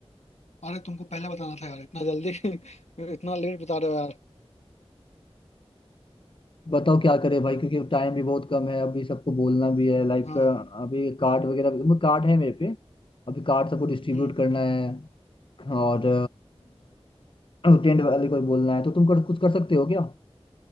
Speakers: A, on the left; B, on the left.
A: अरे तुमको पहले बताना था यार इतना जल्दी <laughs> इतना लेट बता रहे हो यार
B: बताओ क्या करे भाई क्योंकि टाइम भी बहुत कम है अभी सबको बोलना भी है लाइक
A: हाँ
B: अभी कार्ड वगैरह भी- कार्ड है मेरे पे अभी कार्ड सबको डिस्ट्रीब्यूट
A: हम्म
B: करना है और टेंट वाले को भी बोलना है तो तुम कर, कुछ कर सकते हो क्या